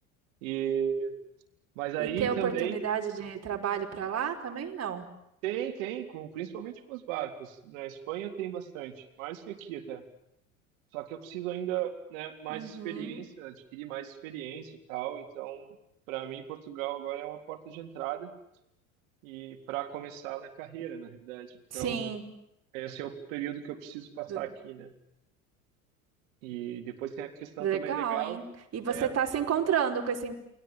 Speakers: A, on the right; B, on the right.
A: E, mas aí
B: E ter
A: também
B: oportunidade de trabalho para lá também? Não.
A: tem, tem, com, principalmente com os barcos. Na Espanha tem bastante, mais que aqui até. Só que eu preciso ainda, né, mais
B: Uhum.
A: experiência, adquirir mais experiência e tal. Então, para mim, Portugal agora é uma porta de entrada e para começar na carreira, na realidade. Então,
B: Sim.
A: esse é o período que eu preciso passar
B: Le-
A: aqui, né? E depois tem a questão
B: Legal,
A: também legal,
B: hein? E você
A: é
B: está
A: porque
B: se
A: eu...
B: encontrando com esse,